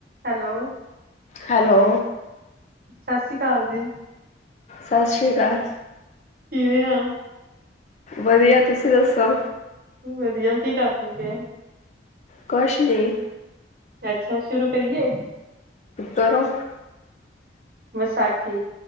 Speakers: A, on the right; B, on the left.
A: ਹੈਲੋ
B: ਹੈਲੋ
A: ਸਤਿ ਸ੍ਰੀ ਅਕਾਲ ਜੀ
B: ਸਤਿ ਸ੍ਰੀ ਅਕਾਲ
A: ਕਿਵੇਿਆ
B: ਵਧੀਆ ਤੁਸੀਂ ਦੱਸੋ
A: ਵਧੀਆ ਕੀ ਕਰਦੇ ਪਏ,
B: ਕੁਛ ਨਹੀਂ
A: ਅੱਛਾ ਸ਼ੁਰੂ ਕਰੀਏ?
B: ਕਰੋ
A: ਵਿਸਾਖੀ